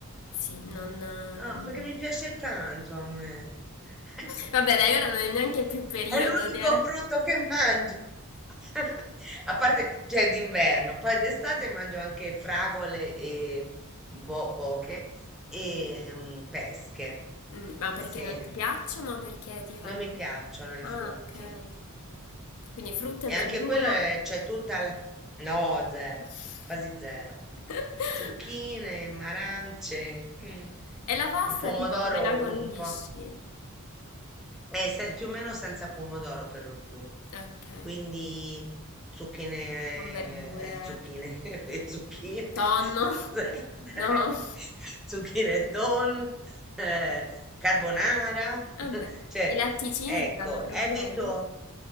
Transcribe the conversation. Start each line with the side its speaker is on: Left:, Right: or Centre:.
Left: Sì, non... um,
Centre: Ah, perché mi piace tanto a me. <laughs>
Left: Vabbè, dai, ora non è neanche più periodo
Centre: È l'unico
Left: di ara-
Centre: frutto che mangio. <laughs> A parte, cioè, d'inverno, poi d'estate mangio anche fragole e un po' poche e mm, pesche.
Left: Mm, ma perché
Centre: Sì,
Left: non ti piacciono? o Perché ti fanno...
Centre: non mi piacciono i
Left: Ah,
Centre: frutti.
Left: ok. Quindi frutta
Centre: E
Left: e verdura.
Centre: anche quello è, c'è tutta la... No, zero,
Left: <laughs>
Centre: quasi zero. Zucchine, arance, mm,
Left: E la pasta,
Centre: il pomodoro
Left: tipo, come la condisci?
Centre: un po'. È se- più o meno senza pomodoro per lo più.
Left: Ok,
Centre: Quindi zucchine,
Left: con verdure.
Centre: <laughs> zucchine, <laughs> e zucchine,
Left: Tonno? <laughs>
Centre: <laughs>
Left: No.
Centre: zucchine e tonno, eh, carbonara.
Left: Vabbè,
Centre: <laughs> Cioè,
Left: i latticini
Centre: ecco,
Left: ti danno problemi?
Centre: evito,